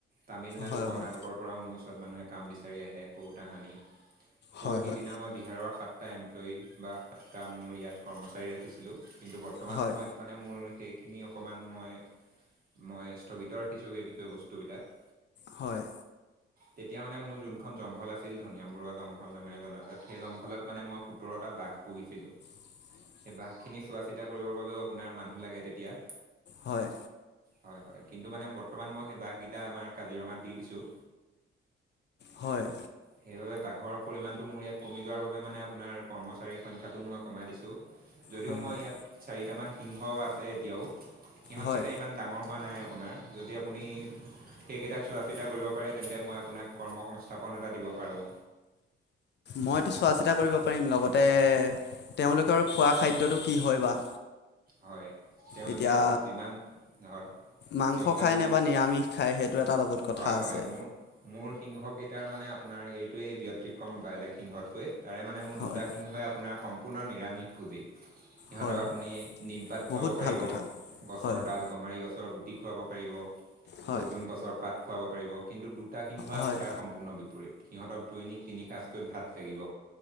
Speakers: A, on the right; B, on the left.
A: তামিলনাডু
B: হয়
A: কৰ্ণাটকৰ
B: হয়
A: পৰা মোৰ ওচ কাম বিচিৰি আহে সৌ তাহানি। সৌ
B: হয়
A: সিদিনা
B: হয়
A: মই বিহাৰৰ সাতটা এমপ্লয়ী বা সাতটা মোৰ ইয়াত কৰ্মচাৰী ৰাখিছিলোঁ। কিন্তু বৰ্তমান
B: হয়
A: সময়ত মানে মোৰ সেইখিনি অকণমান মই, মই স্থগিত ৰাখিছোঁ সেই বিষয়বস্তুবিলাক।
B: হয়।
A: তেতিয়া মানে মোৰ যোনখন জংঘল আছিল, ধনিয়াম বৰুৱা জংঘল নামেৰে জনাজাত। সেই জংঘলত মানে মই সোতৰটা বাঘ পুহিছিলো।
B: উ
A: সেই বাঘ খিনি চোৱা চিতা কৰিবৰ বাবেও আপোনাৰ মানুহ লাগে তেতিয়া।
B: হয়।
A: হয়। হয়। কিন্তু মানে বৰ্তমান মই সেই বাঘকেইটা আমাৰ কাজিৰঙাত দি দিছোঁ
B: হয়।
A: সেইবাবে বাঘৰ পৰিমাণটো মোৰ ইয়াত কমি যোৱাৰ বাবে মানে আপোনাৰ কৰ্মচাৰীৰ সংখ্যাটোও মই কমাই দিছো। যদিও
B: হয়
A: মই
B: হয়
A: ইয়াত চাৰিটামান সিংহ আছে এতিয়াও, সিহঁতকেইটা
B: হয়
A: ইমান ডাঙৰ হোৱা নাই আপোনাৰ যদি আপুনি সেইকেইটাক চোৱা চিতা কৰিব পাৰে, তেন্তে মই আপোনাক কৰ্ম সংস্থাপন এটা দিব পাৰোঁ।
B: মইতো চোৱা চিতা কৰিব পাৰিম, লগতে তেওঁলোকৰ খোৱা খাদ্যটো কি হয় বা?
A: হয়। তেওঁলোকে
B: এতিয়া
A: যিমান হয়
B: মাংস
A: তেওঁলোকে
B: খায়
A: যিমান
B: নে বা নিৰামিষ খায় সেইটো এটা লগত কথা
A: হয়-
B: আছে
A: হয় ম মোৰ সিংহকেইটাৰ মানে আপোনাৰ এইটোৱেই ব্যতিক্ৰম বেলেগ সিংহতকে তাৰে মানে মোৰ
B: হয়
A: দুটা সিংহই আপোনাৰ সম্পূৰ্ণ নিৰামিষ ভোজেই। সিহঁতক
B: হয় হয়
A: আপুনি নিমপাত খুৱাব
B: বহুত
A: পাৰিব,
B: ভাল কথা
A: গছৰ
B: হয় হয়
A: ডাল, গমাৰি গছৰ গুটি খুৱাব পাৰিব।
B: হয়
A: অওজন গছৰ পাত খুৱাব পাৰিব। কিন্তু দুটা সিংহ
B: হয়
A: আকৌ তাৰ সম্পূৰ্ণ বিপৰীত। সিহঁতক দৈনীক তিনি সাঁচকৈ ভাত লাগিব।